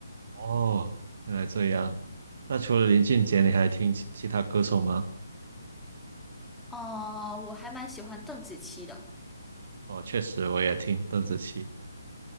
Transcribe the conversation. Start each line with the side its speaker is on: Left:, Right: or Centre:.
Right: 哦，原来这样。那除了林俊杰，你还听其其他歌手吗？
Centre: 哦、我还蛮喜欢邓紫棋的。
Right: 哦，确实我也听邓紫棋。